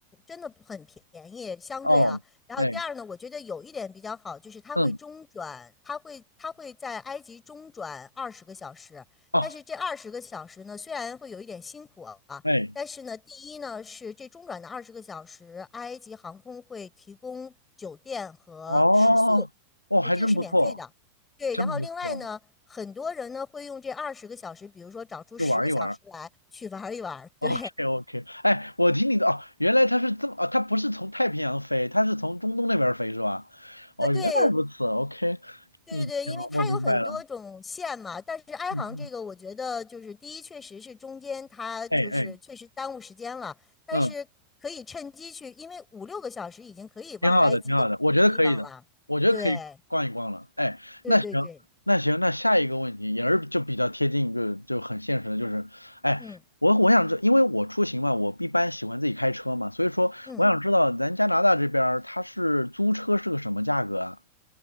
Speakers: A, on the left; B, on the left.
A: 真的很便宜，相对啊，
B: 哦，
A: 然后第二呢，
B: 哎，
A: 我觉得有一点比较好，就是它会中转，
B: 嗯，
A: 它会它会在埃及中转二十个小时，
B: 哦，
A: 但是这二十个小时呢，虽然会有一点辛苦啊。
B: 哎，
A: 但是呢，第一呢是这中转的二十个小时，埃及航空会提供酒店和食宿，
B: 哦，哦，还真不错，
A: 就这个是免费的。对，
B: 真不错，
A: 然后另外呢，很多人呢会用这二十个小时，比如说找出十个小时来去玩一玩。
B: 就玩一玩。
A: 对，
B: OK OK，哎，我听你的哦，原来它是这么哦，它不是从太平洋飞，它是从中东那边儿飞是吧？哦，
A: 呃，对
B: 原来如此，OK，
A: 对对对，
B: 嗯，行了，
A: 因为它有很多种线嘛，
B: 我明白了，
A: 但是埃航这个，
B: 嗯嗯，
A: 我觉得就是第一，确实是中间它就是确实耽误时间了，
B: 哎哎，
A: 但是可以趁机去，
B: 嗯。
A: 因为五六个小时已经可以玩埃及的一个地方了。
B: 挺好的，挺好的，我觉得可以的，我觉得可以逛一逛了。
A: 对
B: 哎，
A: 对对对，
B: 那行，那行，那下一个问题也是就比较贴近，就就很现实的，就是，哎，
A: 嗯
B: 我我想知，因为我出行嘛，我一般喜欢自己开车嘛，所以说我想知道咱加拿大这边儿它是租车是个什么价格啊？
A: 嗯，